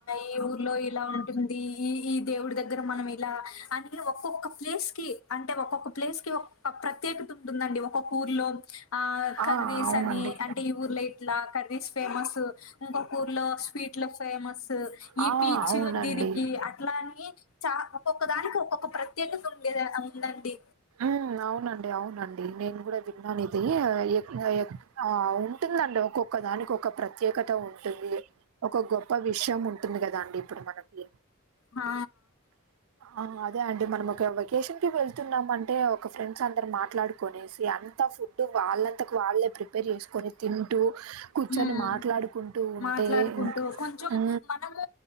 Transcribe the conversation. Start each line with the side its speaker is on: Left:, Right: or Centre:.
Left: ఈ ఊర్లో ఇలా ఉంటుందీ ఈ ఈ దేవుడి దగ్గర మనమిలా అన్ని వొక్కొక్క ప్లేస్కీ అంటే వొక్కొక్క ప్లేస్ కీ ఒ ప ప్రత్యేక టుండుందండీ ఒకొక్కూర్లో ఆ కర్రీసనీ
Right: ఆ అవునండి
Left: అంటే ఈ ఊర్లో ఇట్లా కర్రీస్ ఫేమస్సూ ఇంకొకూర్లో స్వీట్లు ఫేమసూ
Right: ఆ
Left: ఈ బీచూ
Right: అవునండి
Left: దీనికీ అ ట్లానీ చా ఒక్కొక్క దానికి ఒక్కొక్క ప్రత్యేకతుండేద అ ఉందండీ
Right: ఊ అవునండి అవునండి నేను గుడ దిరిగినానిదీ ఎ ఎ ఆ అవును టుందండి ఒక్కొక్క దానికి ఒక ప్ర త్యేకత ఉంటుంది ఒక గొప్ప విషయం ఉంటుంది గదా అండి ఇప్పుడు మనకీ
Left: హా
Right: ఆ అదే అండి మనమోక వెకేషన్కి వెళ్తున్నామంటే ఒక ఫ్రెండ్స్ అందరం మాట్లాడుకొనేసి అంతా ఫుడ్ టె వాళ్ళంతకు వాళ్ళే ప్రిపేర్ జేస్కొని తింటూ కూర్చొని
Left: ఉమ్
Right: మాట్లాడుకుంటూ ఉంటే
Left: మాట్లాడుకుంటూ
Right: ఇంక్
Left: కొంచెం
Right: ఊ
Left: మనము